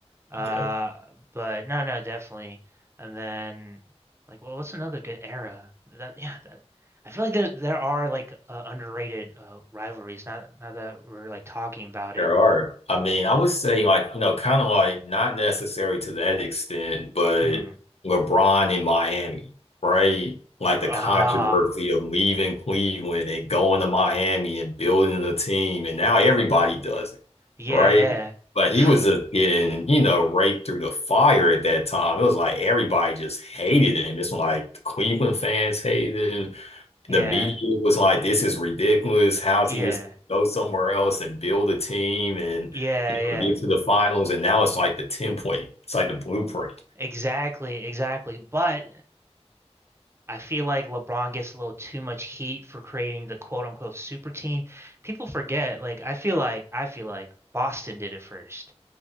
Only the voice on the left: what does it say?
yeah.
there are. I mean, I would say like, you know, kind of like not necessary to that extent, but
LeBron in Miami, right? Like
the controversy of leaving Cleveland and going to Miami and building a team, and now everybody does it,
right?
But
he was just getting, you know, raked through the fire at that time. It was like everybody just hated him. It's like the Cleveland fans hated him.
The media was like, "This is ridiculous. How
is he just gonna go somewhere else and build a team and
you
know get to the finals?" And now it's like the template. It's like the blueprint.